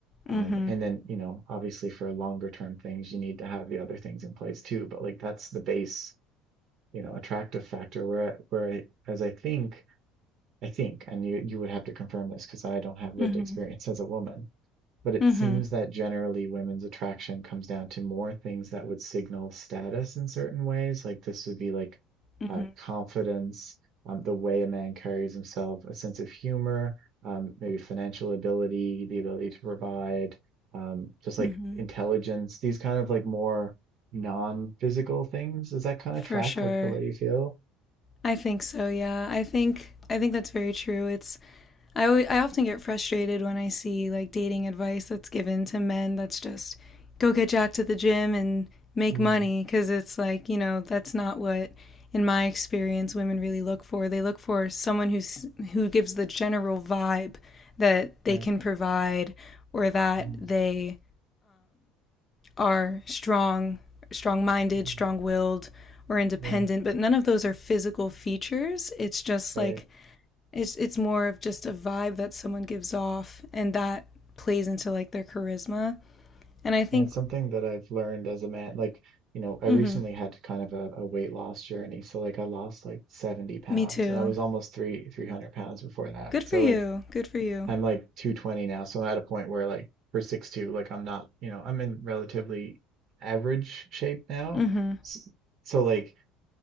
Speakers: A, on the right (about 55°); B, on the left (about 25°).
A: Um,
B: Mm-hmm.
A: and then, you know, obviously for longer term things, you need to have the other things in place too. But like that's the base, you know, attractive factor where, where I, as I think I think, and you, you would have to confirm this because I don't have lived
B: Mm-hmm.
A: experience as a woman, but it
B: Mm-hmm.
A: seems that generally women's attraction comes down to more things that would signal status in certain ways. Like this would be like
B: Mm-hmm.
A: uh, confidence, um, the way a man carries himself, a sense of humor, um, maybe financial ability, the ability to provide, um, just like
B: Mm-hmm.
A: intelligence, these kind of like more non-physical things. Does that kind
B: For
A: of track
B: sure.
A: with the way you feel?
B: I think so, yeah. I think I think that's very true. It's I, always, I often get frustrated when I see like dating advice that's given to men that's just go get jacked at the gym and make
A: Mm,
B: money because it's like, you know, that's not what in my experience women really look for. They look for someone who's who gives the general vibe that they
A: right.
B: can provide or that
A: hmm
B: they are strong, strong-minded,
A: hmm
B: strong-willed or independent,
A: Yeah.
B: but none of those are physical features. It's just
A: Right.
B: like it's it's more of just a vibe that someone gives off, and that plays into like their charisma. And I think,
A: And it's something that I've learned as a man. Like, you know, I
B: mm-hmm,
A: recently had kind of a, a weight loss journey. So like I lost like 70 pounds
B: me too.
A: and I was almost three 300 pounds before that.
B: Good for
A: So
B: you.
A: like
B: Good for you.
A: I'm like 220 now. So I'm at a point where like for six two, like I'm not, you know, I'm in relatively average shape now.
B: Mm-hmm.
A: S- So like,